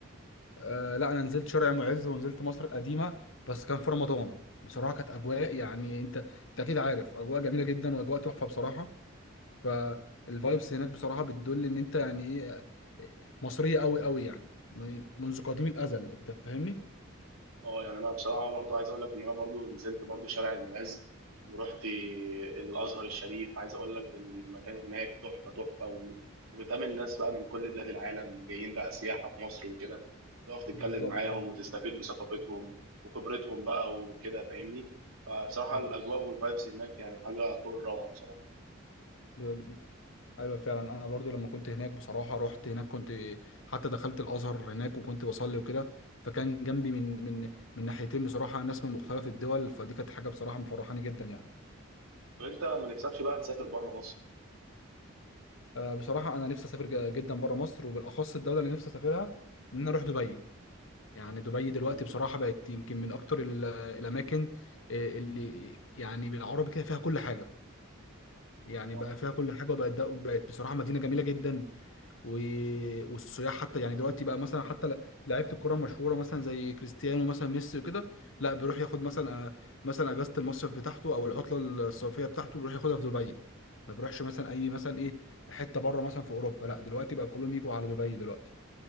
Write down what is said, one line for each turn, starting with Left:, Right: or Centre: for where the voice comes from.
Left: آه لا انا نزلت شارع معز ونزلت مصر القديمه بس كان في رمضان بصراحه كانت اجواء يعني انت انت اكيد عارف اجواء جميله جدا واجواء تحفه بصراحه فالفايبس هناك بصراحة بتدل ان انت يعني ايه مصرية قوي قوي يعني من- منذ قديم الازل انت فاهمني
Right: اه يعني انا بصراحه برضو عايز اقول لك ان انا برضو نزلت برضو شارع المعز ورحت الازهر الشريف عايز اقول لك المكان هناك تحفه تحفه و... وبتقابل ناس بقى من كل بلاد العالم جايين بقى سياحه في مصر وكده تقف تتكلم
Left: بالظبط
Right: معاهم
Left: ايوه
Right: وتستفيد بثقافتهم وخبرتهم بقى وكده فاهمني فبصراحه
Left: ايوه
Right: الاجواء والفايبس هناك يعني حاجه فوق الروعه بصراحه
Left: ب- ب- ايوه فعلا انا برضو لما كنت هناك بصراحه رحت هناك كنت حتى دخلت الازهر هناك وكنت بصلي وكده فكان جنبي من من من ناحيتين بصراحه ناس من مختلف الدول فدي كانت حاجه بصراحه مفرحاني جدا يعني
Right: طب انت ما نفسكش بقى تسافر بره مصر
Left: آه، بصراحه انا نفسي اسافر ج- جدا بره مصر وبالاخص الدوله اللي نفسي اسافرها ان انا اروح دبي يعني دبي دلوقتي
Right: اه
Left: بصراحة بقت يمكن من أكتر ال- الأماكن آه، اللي يعني بالعربي كده فيها كل حاجة يعني
Right: صح
Left: بقى فيها كل حاجة وبقت ده- بقت بصراحة مدينة جميلة جدا و... والسياح حتى يعني دلوقتي بقى مثلا حتى ل- لعيبة الكرة المشهورة مثلا زي كريستيانو مثلا ميسي وكده لا بيروح ياخد مثلا آه، مثلا أجازة المصيف بتاعته أو العطلة الصيفية بتاعته بيروح ياخدها في دبي ما بيروحش مثلا أي مثلا إيه حتة بره مثلا في أوروبا لا دلوقتي بقى كلهم يجوا على دبي دلوقتي